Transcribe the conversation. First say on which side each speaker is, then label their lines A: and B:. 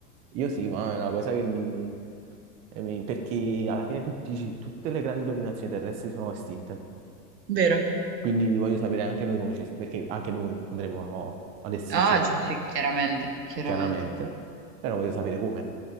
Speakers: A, on the right; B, on the right.
A: io sì, ma è una cosa che mi... e mi- perché alla fine tutti ci- tutte le grandi dominazioni terrestri sono estinte,
B: vero?
A: quindi voglio sapere anche noi come ci... perché anche noi andremo ad estinzione.
B: Ah, cioè, sì, chiaramente, chiaramente.
A: chiaramente, però voglio sapere come.